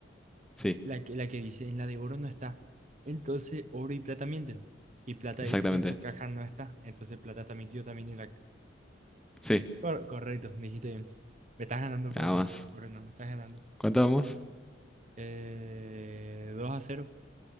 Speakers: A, in the centre; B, on the right (about 40°).
A: Sí.
B: La que, la que dice en la de oro no está. Entonces oro y plata mienten. Y plata
A: Exactamente.
B: dice que en su caja no está. Entonces plata está mintiendo también en la
A: Sí,
B: Cor- correcto, dijiste bien. Me estás ganando por,
A: vamos.
B: por una, me estás ganando.
A: ¿Cuánto vamos?
B: Eh, 2 a cero